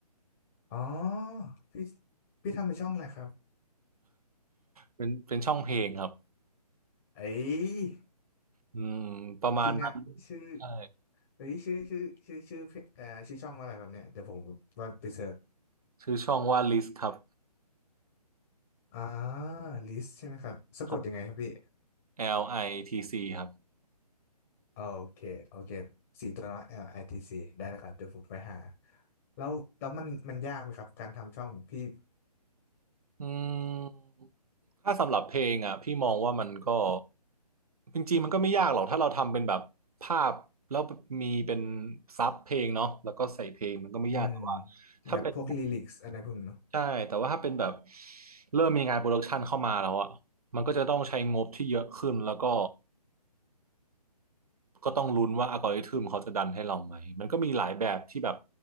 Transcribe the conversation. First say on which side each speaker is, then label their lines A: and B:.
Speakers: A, on the left; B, on the right.
A: อ๋อพี่พี่ทำเป็นช่องอะไรครับ
B: เป็นเป็นช่องเพลงครับ
A: เอ้ย
B: อืมประมาณนั้น
A: จริงอ่ะชื่อ
B: ใช่
A: เอ้ยชื่อชื่อชื่อชื่อเพจเอ่อชื่อช่องว่าอะไรครับเนี่ยเดี๋ยวผมว่าไปเสิร์ช
B: ชื่อช่องว่า List ครับ
A: อ่า list ใช่ไหมครับสะกดยังไงครับพี่
B: ครับ L I T C ครับ
A: โอเค โอเคสี่ตัวน้อย L I T C ได้แล้วครับเดี๋ยวผมไปหา แล้วแล้วมันมันยากไหมครับการทำช่องพี่
B: อืมถ้าสำหรับเพลงอ่ะพี่มองว่ามันก็จริงๆมันก็ไม่ยากหรอกถ้าเราทำเป็นแบบภาพแล้วมีเป็นซับเพลงเนาะแล้วก็ใส่เพลงมันก็ไม่ยากแต่ว่า
A: อืม
B: ถ้าเป็น
A: แบบพวกลิลิกส์อะไรพวกนี้เนอะ
B: ใช่แต่ว่าถ้าเป็นแบบเริ่มมีงานโปรดักชันเข้ามาแล้วอ่ะมันก็จะต้องใช้งบที่เยอะขึ้นแล้วก็ ก็ต้องลุ้นว่าอัลกอริทึมเขาจะดันให้เราไหม มันก็มีหลายแบบที่แบบ